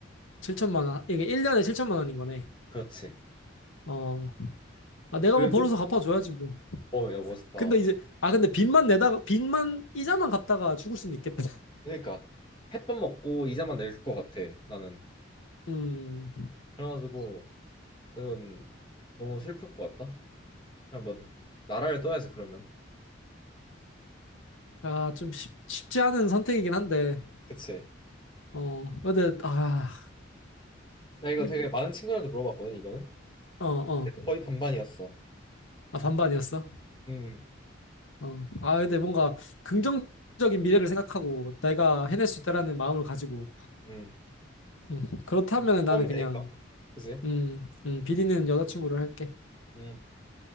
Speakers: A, on the left; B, on the left.
A: 7천만 원. 이게 1년에 7천만 원인 거네.
B: 그렇지.
A: 어, 아, 내가
B: 그래도?
A: 뭐 벌어서 갚아줘야지, 뭐.
B: 어, 야, 멋있다.
A: 근데 이제, 아, 근데 빚만 내다가, 빚만, 이자만 갚다가 죽을 수는 있겠다. <laughs>
B: 그러니까 햇밥 먹고 이자만 낼 것 같아, 나는.
A: 음,
B: 그래가지고 이건 너무 슬플 것 같다. 그냥 뭐 나라를 떠야지, 그러면.
A: 아, 좀 쉽, 쉽지 않은 선택이긴 한데,
B: 그치.
A: 어, 근데, 아,
B: 나 이거
A: 이-
B: 되게 많은 친구들한테 물어봤거든, 이거는.
A: 어, 어,
B: 거의 반반이었어.
A: 아, 반반이었어.
B: 음,
A: 어, 아, 근데 뭔가 긍정적인 미래를 생각하고 내가 해낼 수 있다라는 마음을 가지고,
B: 음.
A: 음, 그렇다면
B: 공부하면
A: 나는 그냥,
B: 되니까. 그지?
A: 음, 음, 빚 있는 여자친구를 할게.
B: 음,